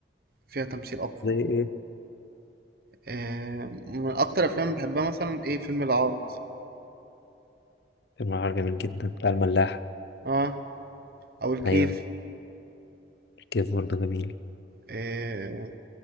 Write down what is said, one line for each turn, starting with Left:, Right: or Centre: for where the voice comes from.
Right: فيها تمثيل اقوى
Left: زي
Right: يعني.
Left: ايه
Right: آه، من اكتر افلام بحبها مثلا ايه فيلم العار مثلا
Left: فيلم العار جميل جدا بتاع الملاح
Right: اه او الكيف
Left: ايوه الكيف برضه جميل
Right: آه،